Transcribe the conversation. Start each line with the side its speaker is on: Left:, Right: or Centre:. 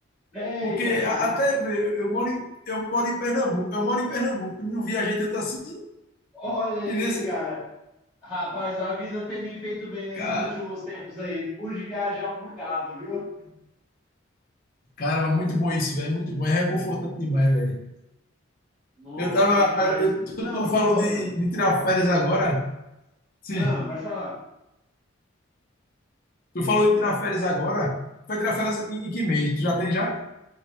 Centre: <laughs> Eita!
Left: porque
Centre: <laughs>
Left: a- até, velho, eu, eu moro em, eu moro em Pernambuco, eu moro em Pernambuco, não viajei tanto assim,
Centre: Olha aí,
Left: e nesse,
Centre: cara. Rapaz, a vida tem me feito bem nesses
Left: cara,
Centre: últimos tempos aí. Pude viajar um bocado, viu?
Left: caramba, muito bom isso, velho, muito bom, é reconfortante demais, velho.
Centre: Nossa,
Left: Eu tava,
Centre: demais.
Left: eu- tu,
Centre: Não,
Left: tu
Centre: e
Left: falou
Centre: outra?
Left: de, de tirar férias agora? Sim.
Centre: Ah, pode falar.
Left: Tu falou de tirar férias agora? Vai tirar férias em, em que mês? Tu já tem já?